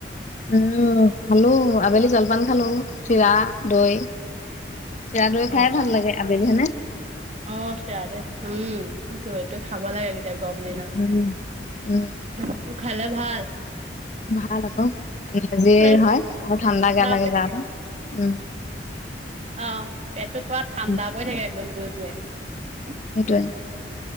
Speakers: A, on the left; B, on the right.
A: উম খালো আবেলি জলপান খালো চিৰা দৈ চৰা দৈ খাই
B: অ',
A: ভাল লাগে আবেলি হয় নে
B: অ চিৰা দৈ উম দৈটো খাব লাগে এতিয়া গৰম দিনত
A: উম। উম
B: দৈটো খালে ভাল
A: ভাল আকৌ জিৰ
B: পেট
A: হয় আৰু ঠাণ্ডা গা লাগে
B: পৰি থাকে
A: গাটো উম
B: অ পেটটো পুৰা ঠাণ্ডা
A: উম
B: পৰি থাকে একদম দৈটোৱে
A: সেইটোৱে